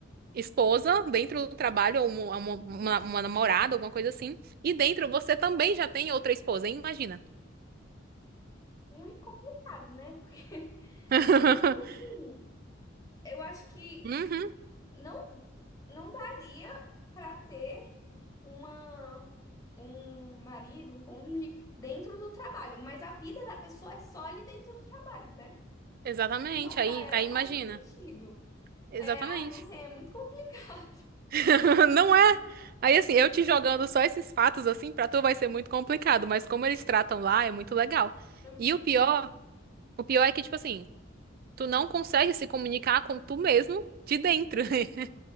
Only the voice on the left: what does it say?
Uhum.
Muito complicado, né? Porque, <laughs>
porque, tipo assim, eu acho que
não não daria para ter uma um marido, um cônjuge dentro do trabalho, mas a vida da pessoa é só ali dentro do trabalho, né?
Então para
ela
faria
sentido.
É, ai, não sei, é muito complicado. <laughs>
É muito-
é.